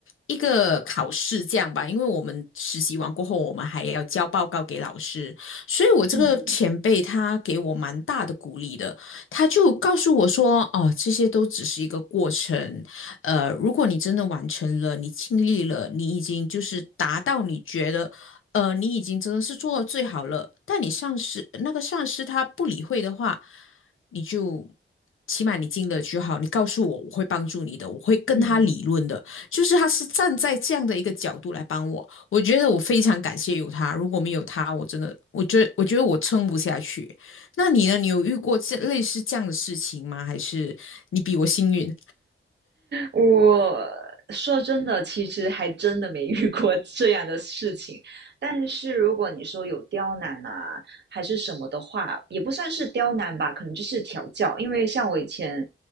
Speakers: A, on the left; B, on the right.
A: 一个考试这样吧。因为我们实习完过后，我们还要交报告给老师，所以我这个前辈他给我蛮大的鼓励的，
B: 嗯
A: 他就告诉我说，哦，这些都只是一个过程，呃，如果你真的完成了，你尽力了，你已经就是达到你觉得，呃，你已经真的是做到最好了，但你上司那个上司他不理会的话，你就。起码你尽了就好，你告诉我，我会帮助你的，我会跟他理论的，
B: 嗯，
A: 就是他是站在这样的一个角度来帮我，我觉得我非常感谢有他，如果没有他，我真的，我觉得我觉得我撑不下去。那你呢？你有遇过这类似这样的事情吗？还是你比我幸运？
B: 我说真的，其实还真的没遇过这样的事情。但是如果你说有刁难啊，还是什么的话，也不算是刁难吧，可能就是调教。因为像我以前，